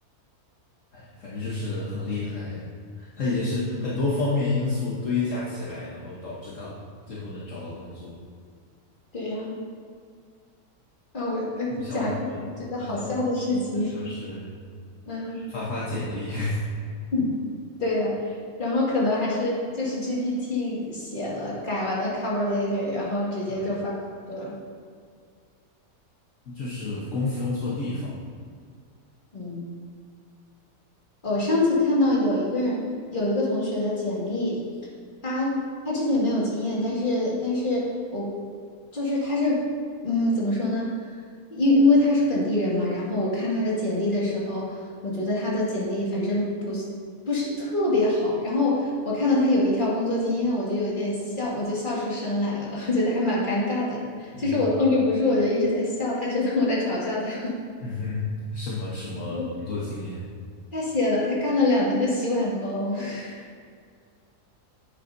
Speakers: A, on the left; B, on the left.
A: 哎，反正就是很厉害，他已经是很多方面因素堆加起来，然后导致他最后能找到工作，
B: 对呀。啊，我呃讲一个我觉得好笑的事情，
A: 不像我们，不像我我们就是
B: 嗯，
A: 发发简历。<laughs>
B: <laughs> 嗯对呀、然后可能还是就是 GPT 写了，改完了 cover letter，然后直接就发出去了，
A: 对。就是功夫用错地方。
B: 嗯。我上次看到有一个人，有一个同学的简历，他他之前没有经验，但是但是我就是他是嗯怎么说呢？因因为他是本地人嘛，然后我看他的简历的时候，我觉得他的简历反正不是不是特别好，然后我看到他有一条工作经验，我就有一点笑，我就笑出声来了，<laughs> 我觉得还蛮尴尬的，
A: 嗯哼，
B: 就是我控制不住，我就一直在笑，他觉得我在嘲笑他。
A: 嗯哼，什么什么工作经验？
B: <laughs> 他写了，他干了两年的洗碗工。<laughs>